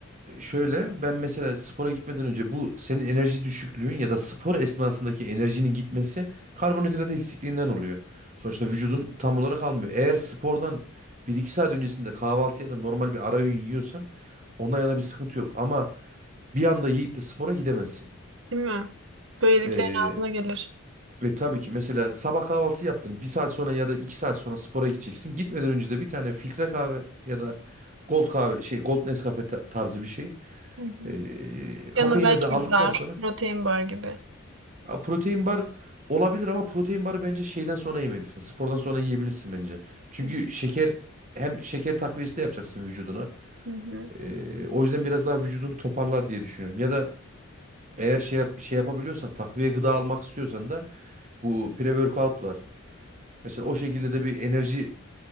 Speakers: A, on the right; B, on the right.
A: Şöyle ben mesela spora gitmeden önce bu senin enerji düşüklüğün ya da spor esnasındaki enerjinin gitmesi karbonhidrat eksikliğinden oluyor. Sonuçta vücudun tam olarak almıyor. Eğer spordan bir iki saat öncesinde kahvaltı ya da normal bir ara öğün yiyorsan ondan yana bir sıkıntı yok. Ama bir anda yiyip de spora gidemezsin.
B: Değil mi? Böyleliklerin
A: Ee,
B: ağzına gelir.
A: ve tabii ki mesela sabah kahvaltı yaptın. Bir saat sonra ya da iki saat sonra spora gideceksin. Gitmeden önce de bir tane filtre kahve ya da Gold kahve şey Gold Nescafe ta- tarzı bir şey.
B: Hı hı.
A: E, kafeini
B: Yanına belki
A: de aldıktan
B: bir bar,
A: sonra
B: protein bar gibi.
A: Ha, protein bar olabilir ama protein barı bence şeyden sonra yemelisin. Spordan sonra yiyebilirsin bence. Çünkü
B: Hı
A: şeker hem şeker takviyesi de yapacaksın vücuduna.
B: hı. Hı.
A: E, o yüzden biraz daha vücudunu toparlar diye düşünüyorum. Ya da eğer şey yap- şey yapabiliyorsan takviye gıda almak istiyorsan da bu pre-workout var. Mesela o şekilde de bir enerji